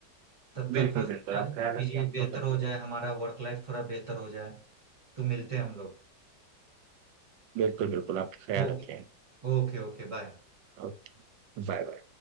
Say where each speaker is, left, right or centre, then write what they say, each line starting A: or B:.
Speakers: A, on the right; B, on the right.
A: तब
B: बिल्कुल
A: तक हो सकता
B: बिल्कुल
A: है
B: आप ख्याल
A: चीजें
B: रखते हैं हम
A: बेहतर
B: लोग करते
A: हो
B: हैं।
A: जाए हमारा वर्क लाइफ थोड़ा बेहतर हो जाए तो मिलते हैं हम लोग
B: बिल्कुल, बिल्कुल, आप ख्याल
A: Okay
B: रखें
A: okay okay bye
B: और बाय-बाय।